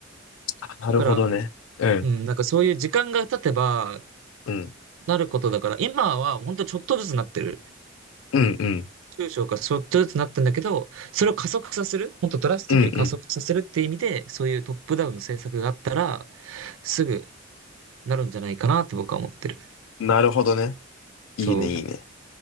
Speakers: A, on the left (about 80°); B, on the right (about 80°).
A: あ、なるほどね。
B: だから、
A: うん、
B: うん、なんかそういう時間が経てば、
A: うん、
B: なることだから、今は本当にちょっとずつなってる。
A: うん、うん、
B: 中小がちょっとずつなってんだけど、それを加速させる、本当ドラスティックに加速させるっていう意味で、
A: うん、う
B: そういうトップダウンの政策があったら、すぐなるんじゃないかなって僕は思ってる。
A: ん。なるほどね。いいね、
B: そ
A: いいね。